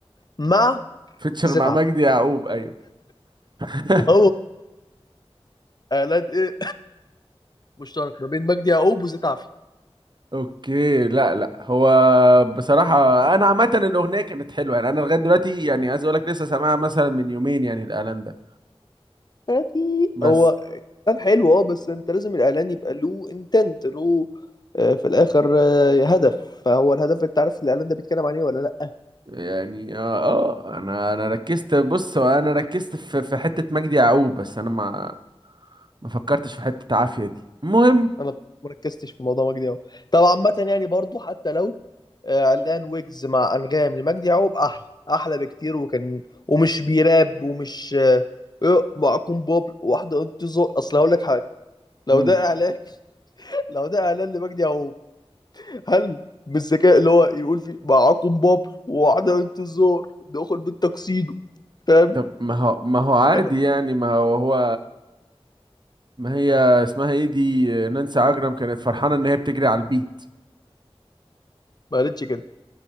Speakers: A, on the left; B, on the right.
A: مع
B: فيتشر
A: زيت
B: مع
A: عافيه
B: مجدي يعقوب ايوه <laughs>
A: هو اعلان ايه مشترك ما بين مجدي يعقوب وزيت عافية
B: اوكي لا لا هو بصراحة انا عامة الاغنية كانت حلوة يعني انا لغاية دلوقتي يعني عايز اقول لك لسه سامعها مثلا من يومين يعني الاعلان ده
A: يعني
B: بس
A: هو كان حلو اه بس انت لازم الاعلان يبقى له انتنت له آه، في الاخر آه، هدف فهو الهدف انت عارف الاعلان ده بيتكلم عن ايه ولا لا
B: يعني اه آه، انا انا ركزت بص هو انا ركزت في في حته مجدي يعقوب بس انا ما ما فكرتش في حته عافيه دي المهم
A: انا مركزتش في موضوع مجدي يعقوب طبعا عامه يعني برضو حتى لو آه، اعلان ويجز مع انغام لمجدي يعقوب احلى احلى بكتير وكان ومش بيراب ومش آه، إيه، معكم بوب واحده انتظار اصل هقول لك حاجه لو
B: مم.
A: ده اعلان <laughs> لو ده اعلان لمجدي يعقوب هل بالذكاء اللي هو يقول في معاكم بابل وعدم انتظار دخل بالتكسيدو فاهم
B: طب ما هو ما هو عادي
A: كده
B: يعني ما هو هو ما هي اسمها ايه دي نانسي عجرم كانت فرحانه ان هي بتجري على البيت
A: ما قالتش كده